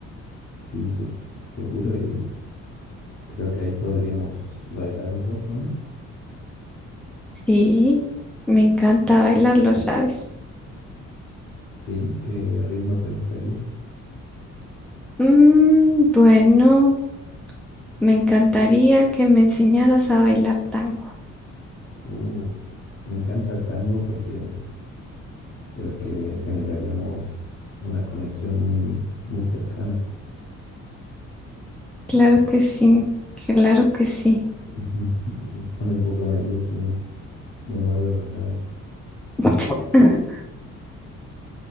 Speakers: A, on the left; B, in the centre.
A: Sí, su- seguro. Y creo que ahí podríamos bailar un poco, ¿no?
B: Sí, me encanta bailar, lo sabes.
A: Sí, ¿qué ritmo te gustaría?
B: Mm, bueno, me encantaría que me enseñaras a bailar tango.
A: Uh, me encanta el tango porque creo que generaríamos una conexión muy, muy cercana.
B: Claro que sí, claro que sí.
A: <laughs> Me Pone un poco nervioso, me, me muerdo los labios.
B: <laughs>